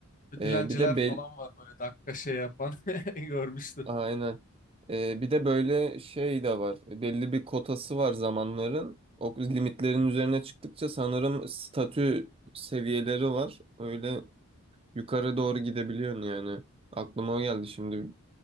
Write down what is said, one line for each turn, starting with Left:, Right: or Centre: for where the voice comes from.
Left: Bir
Right: Ee,
Left: Dilenciler
Right: bir de
Left: falan
Right: bel-
Left: var böyle dakika şey yapan <laughs> görmüştüm.
Right: Aynen. Ee, bir de böyle şey de var. Belli bir kotası var zamanların. O limitlerin üzerine çıktıkça sanırım statü seviyeleri var. Öyle yukarı doğru gidebiliyorsun yani. Aklıma o geldi şimdi.